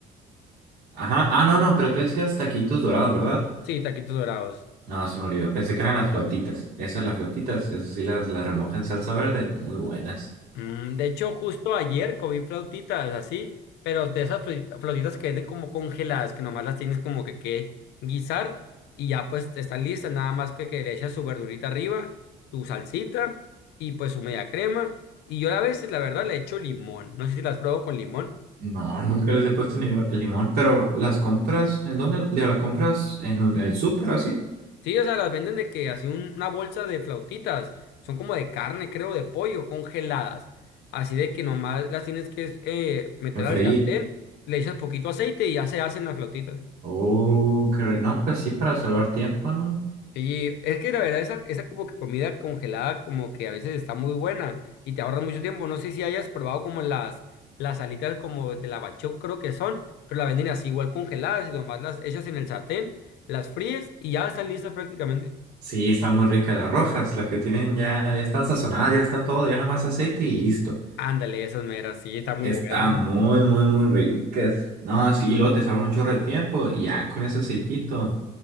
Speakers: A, on the right; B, on the left.
A: Ajá, ah, no, no, pero tú decías taquitos dorados, ¿verdad?
B: Sí, taquitos dorados.
A: No, se me olvidó. Pensé que eran las flautitas. Esas las flautitas, esas sí las, las remoja en salsa verde. Muy buenas.
B: Mm, de hecho, justo ayer comí flautitas así, pero de esas flauti- flautitas que venden como congeladas, que nomás las tienes como que, que guisar y ya pues están listas, nada más que, que le echas su verdurita arriba, su salsita y pues su media crema. Y yo a veces, la verdad, le echo limón. No sé si las pruebo con limón.
A: No, <laughs> nunca les he puesto ni el limón, pero las compras, ¿en dónde? Digo, las compras en un- el súper así,
B: Sí, o sea, las venden de que así un- una bolsa de flautitas, son como de carne, creo, de pollo, congeladas. Así de que nomás las tienes que eh, meter
A: en freír.
B: al sartén, le echas poquito aceite y ya se hacen las flautitas.
A: Oh, qué rico. No, pues sí, para salvar tiempo, ¿no?
B: Y es que la verdad, esa, esa como que comida congelada como que a veces está muy buena y te ahorras mucho tiempo. No sé si hayas probado como las, las alitas como de la bachoco, creo que son, pero la venden así igual congeladas y nomás las echas en el sartén, las fríes y ya están listas prácticamente.
A: Sí, está muy rica. Las rojas, las que tienen ya, ya están sazonadas, ya están todo, ya nomás aceite y listo.
B: Ándale, esas meras, sí, está muy
A: Están
B: buena. ¿no?
A: muy, muy, muy ricas. No, sí, lo te salva un chorro de tiempo y ya con ese aceitito,